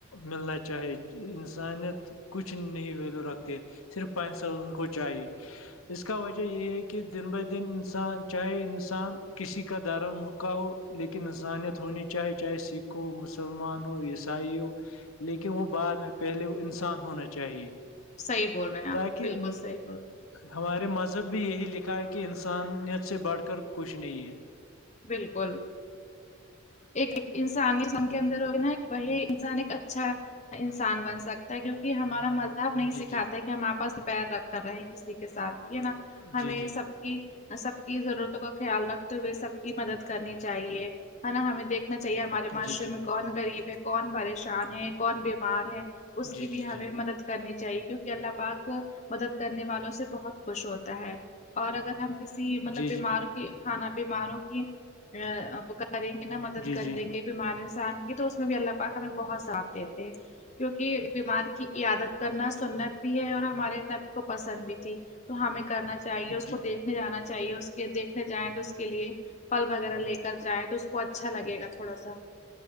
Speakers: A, on the left (about 85°); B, on the left (about 35°).
A: ملنا چاہیے انسانیت <unintelligible> کچھ نہیں ویلو رکھتی ہے صرف پسیی ان کو چاہیے اس کا وجہ یہی ہے کہ دن بہ دن انسان چاہے انسان کسی کا درم کا ہو لیکن انسانیت ہونی چاہی چاہے سکھ ہو مسلمان ہو عیسائی ہو لیکن وہ بعد میں پہلے وہ انسان ہونا چاہیے
B: صحیح بول رہے ہیں آپ
A: تاکہ
B: بالکل صحیح بول رہے ہیں
A: ہمارے مذہب میی بھی یہی لکھا ہے کہ انسانیت سے بڑھ کر کچھ نہیں ہے
B: بالکل ایک انسانی من کے اندر ہوگی نا ایک وہی انسان ایک اچھا انسان بن سکتا ہے کیونکہ ہمارا مزہب مزہب نہیں
A: جی
B: سکھاتا
A: جی
B: کہ ہم آپس بییر رکھ کر رہے کسی کے سھ بھی ہے نا ہمیں
A: جی جی
B: سب سب کی ضرورتوں کا خیال رکھتے ہوئے سب کی مدد کرنی چاہیے ہے نا ہمیں دیکھ ہمہی چاہیے ہمارے
A: جی
B: معاشرے
A: جی
B: میں کون غریب ہے کون پریشان ہے کون بیمار ہے اس
A: جی
B: کی
A: جی
B: بھی ہمیں
A: جی
B: مدد کرنی چاہیے کیونکہ اللہ پاک مدد کرنے والوں سے بہت خوش ہوتا ہے اور اگر ہم کسی
A: جی
B: مطلب بیمار
A: جی
B: کی ہانا بیماروں کی وہ کریں گے کنتا مدد
A: جی
B: کریں
A: جی جی
B: گے بیمار انسان کی تو اس میں بھی اللہ پاک ہمیں بہت ثواب دیتے ہیں کیونکہ بیمار کی عیادت کرنا سنت بھی ہے اور ہمارے نبی کو پسند بھی تھی تو ہمیں کرنا چاہیے اس
A: جی
B: کو دیکھ جانا چاہیے اس کو دیکھنے جائیں تو اس کے لیے فھل وغیرہ لے کر جائیں تو اس کو اچھا لگے گا تھوڑا سا